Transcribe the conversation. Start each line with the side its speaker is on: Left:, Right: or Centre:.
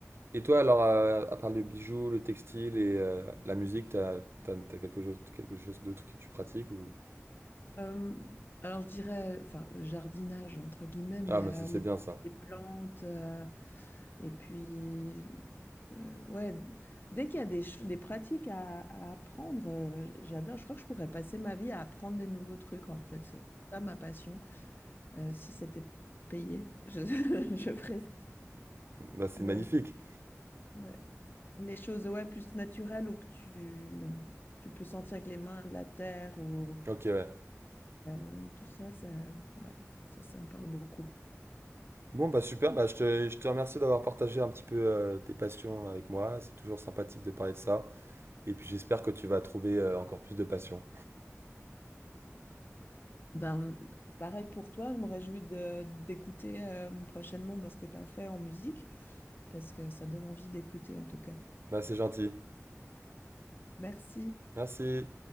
Right: Et toi, alors, euh, à part le bijou, le textile et euh, la musique, t'as, t'as, t'as quelque chose, quelque chose d'autre que tu pratiques ou...
Left: Euh, alors, je dirais, enfin, le jardinage, entre guillemets, mais
Right: Ah, bah c'est
Left: euh,
Right: c'est
Left: les,
Right: bien ça.
Left: les
Right: <laughs>
Left: plantes, euh, et puis, euh, ouais, dès qu'il y a des, ch- des pratiques à, à apprendre, euh, j'adore. Je crois que je pourrais passer ma vie à apprendre des nouveaux trucs, en fait. C'est ça ma passion. Euh, si c'était payé, je, <laughs> je ferais ça.
Right: Bah, c'est
Left: Mais
Right: magnifique.
Left: ouais. Les choses, ouais, plus naturelles ou que tu, tu peux sentir avec les mains de la terre ou
Right: Ok, ouais.
Left: euh, tout ça, ça, ouais, ça, ça me parle beaucoup.
Right: Bon, bah super, bah je te, je te remercie d'avoir partagé un petit peu euh, tes passions avec moi. C'est toujours sympathique de parler de ça. Et puis j'espère que tu vas trouver euh, encore plus de passion.
Left: Ben, pareil pour toi, je me réjouis de d'écouter euh, prochainement ben, ce que tu as fait en musique, parce que ça donne envie d'écouter en tout cas.
Right: Bah c'est gentil.
Left: Merci.
Right: Merci.